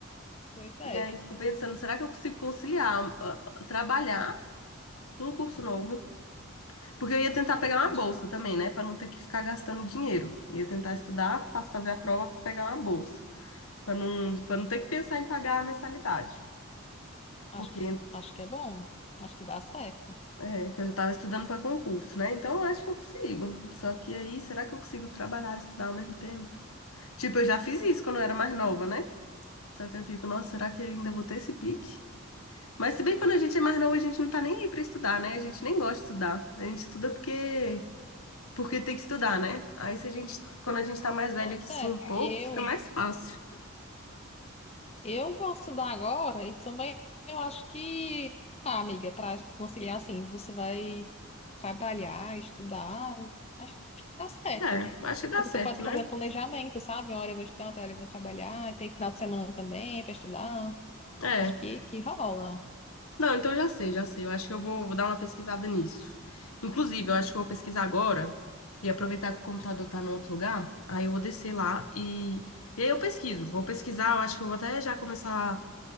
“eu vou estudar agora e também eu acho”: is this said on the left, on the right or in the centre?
Left